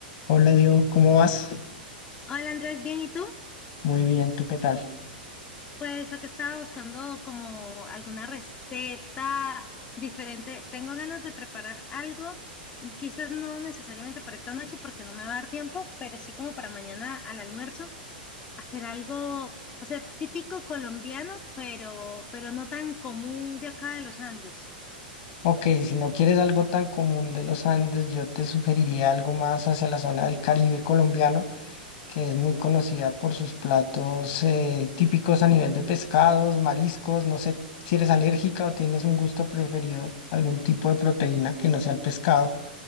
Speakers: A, on the left; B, on the left.
A: Hola Diego, ¿cómo vas?
B: Hola Andrés, ¿bien? ¿Y tú?
A: Muy bien, ¿tú qué tal?
B: Pues lo que estaba buscando como alguna receta diferente. Tengo ganas de preparar algo, quizás no necesariamente para esta noche porque no me va a dar tiempo, pero sí como para mañana al almuerzo, hacer algo, o sea, típico colombiano, pero, pero no tan común de acá de los Andes.
A: Ok, si no quieres algo tan común de los Andes, yo te sugeriría algo más hacia la zona del Caribe colombiano, que es muy conocida por sus platos eh, típicos a nivel de pescados, mariscos, no sé si eres alérgica o tienes un gusto preferido, algún tipo de proteína que no
B: Mm.
A: sea el pescado.